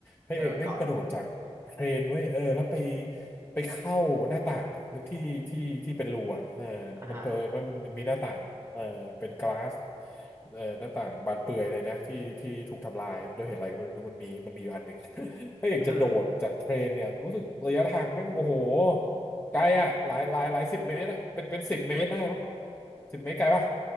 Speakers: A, on the left; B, on the right.
A: พระเอกแม่งกระโดดจากเครนเว้ยเออแล้วไป
B: กระโดดเกาะ
A: ไปเข้าหน้าต่างอะนึกที่ที่ที่เป็นรูอ่ะเออมันเผลอมันมันมีหน้าต่าง
B: อ่ะฮะ
A: เออเป็นกลาสเออหน้าต่างบานเปื่อยเลยนะที่ที่ถูกทำลายอะด้วยเหตุอะไรก็ไม่รู้มันมีมันมีอยู่อันหนึ่ง <laughs> พระเอกจะโดดจากเครนเนี่ยรู้สึกระยะทางแม่งโอ้โห
B: อือฮึ
A: ไกลอ่ะหลายหลายหลายสิบเมตรอ่ะเป็นเป็นสิบเมตรได้มั้งสิบเมตรไกลปะ